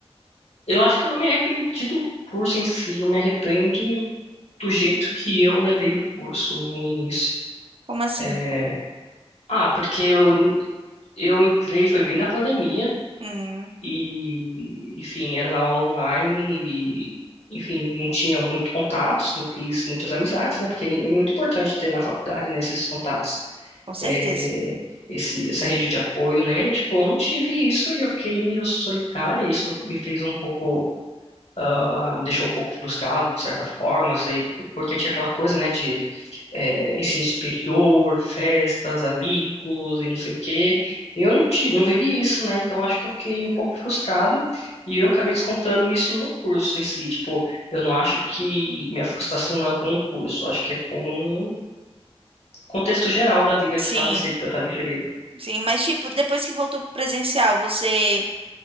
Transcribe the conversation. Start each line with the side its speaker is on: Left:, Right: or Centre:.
Left: eu acho que eu não me arrependi do curso em si, eu me arrependo do jeito que eu levei o curso no início.
Right: Como assim?
Left: É, ah, porque eu, eu entrei, foi bem na pandemia,
Right: Hum,
Left: E, enfim, era aula online e, enfim, não tinha muito contatos, não fiz muitas amizades, né? Porque é muito importante ter na faculdade, né, esses contatos,
Right: com certeza.
Left: é, esse, essa rede de apoio, né? E, tipo, eu não tive isso e eu fiquei meio solitária, e isso me fez um pouco, ah, me deixou um pouco frustrado, de certa forma, sei, porque tinha aquela coisa, né, de é, ensino superior, festas, amigos e não sei o quê. E eu não tive, não vivi isso, né? Então acho que eu fiquei um pouco frustrado e eu acabei descontando isso no curso em si. Tipo, eu não acho que minha frustração é com o curso, acho que é com o contexto geral da vida
Right: Sim,
Left: que estava inserido, que eu estava inserido.
Right: sim, mas tipo, depois que voltou pro presencial, você,